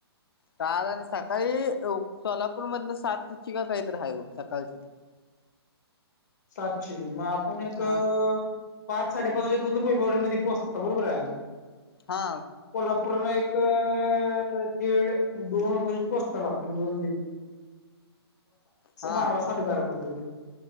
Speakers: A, on the left (about 60°); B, on the left (about 40°).
A: सहाला आणि सकाळी सोलापूर मधून सातची काय तर आहे बघ सकाळची
B: सातची मग आपुण एक पाच
A: हा
B: साडेपाचे वाजेपर्यंत वैभववाडी मध्ये पोहचतो बरोबर आहे.
A: हा
B: कोल्हापूरला एक दीड दोन वाजे पर्यंत पोहोचताल आपण दोन दीड
A: हा
B: बारा साडे बारा पतूर